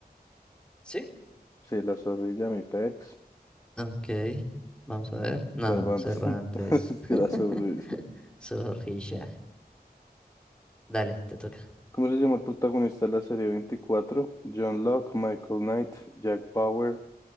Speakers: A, in the centre; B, on the left.
A: ¿Sí?
B: sí, la zorrilla, mi pex.
A: Ok, vamos a ver. No,
B: Cervantes,
A: Cervantes.
B: <laughs> es
A: <laughs>
B: que era zorrilla.
A: Zorrilla. Dale, te toca.
B: ¿Cómo se llama el protagonista de la serie 24? John Locke, Michael Knight, Jack Bauer,